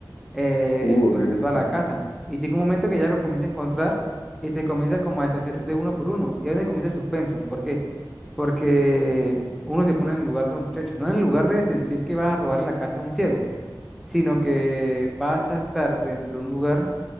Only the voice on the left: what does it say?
Uh, ok.
ajá.